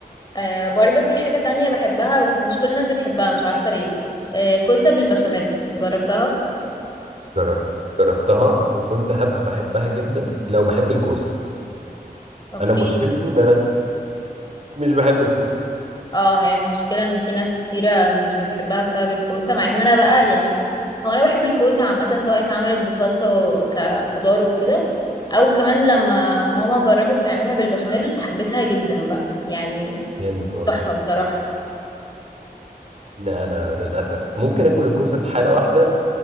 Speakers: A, on the left; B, on the right.
A: آه برضو في حاجه تانية بحبها بس مش كل الناس بتحبها مش عارفه ليه آه كوسه بالبشاميل جربتها
B: جرب- جربتها وكنت هبقى بحبها جدا لو بحب الكوسه
A: اوكي
B: انا مشكلتي ان انا مش بحب الكوسه
A: اه هي المشكلة ان في ناس كتيرة مش بتحبها بسبب الكوسة مع ان انا بقى يعني هو انا بحب الكوسة عامة سواء اتعملت بصلصة و- كخضار وكده او كمان لما ماما جربت تعملها بالبشاميل حبيتها جدا بقى يعني
B: جامد والله
A: تحفة بصراحة
B: لا انا للاسف ممكن اكل الكوسه في حاله واحده